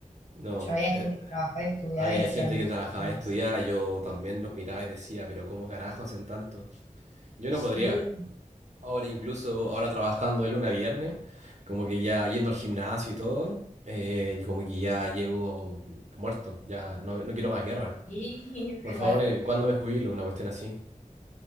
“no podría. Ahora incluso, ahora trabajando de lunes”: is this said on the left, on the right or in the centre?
Right